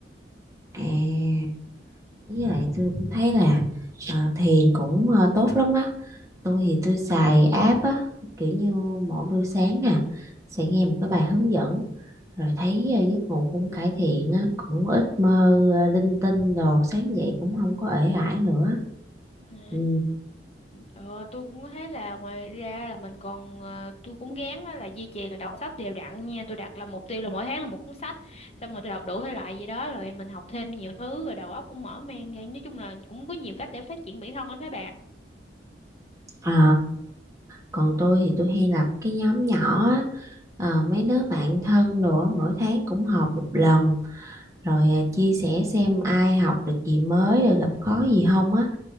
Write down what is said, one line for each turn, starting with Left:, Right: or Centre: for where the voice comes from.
Right: à, với lại tôi cũng thấy là ờ, thiền cũng ờ, tốt lắm á. Tôi thì tôi xài app á, kiểu như mỗi buổi sáng nè, sẽ nghe một cái bài hướng dẫn, rồi thấy ờ, giấc ngủ cũng cải thiện á, cũng ít mơ ờ, linh tinh đồ, sáng dậy cũng không có ể ải nữa.
Left: À,
Right: Ừ.
Left: ờ, tôi cũng thấy là ngoài ra là mình còn ờ, tôi cũng gán á là duy trì là đọc sách đều đặn nha tôi đặt là mục tiêu là mỗi tháng là một cuốn sách xong rồi tôi đọc đủ thể loại gì đó rồi mình học thêm nhiều thứ rồi đầu óc cũng mở mang ra nói chung là cũng có nhiều cách để phát triển bản thân lắm các bạn
Right: À, còn tôi thì tôi hay lập cái nhóm nhỏ á, ờ, mấy đứa bạn thân đồ á, mỗi tháng cũng họp một lần, rồi ờ, chia sẻ xem ai học được gì mới, rồi gặp khó gì không á.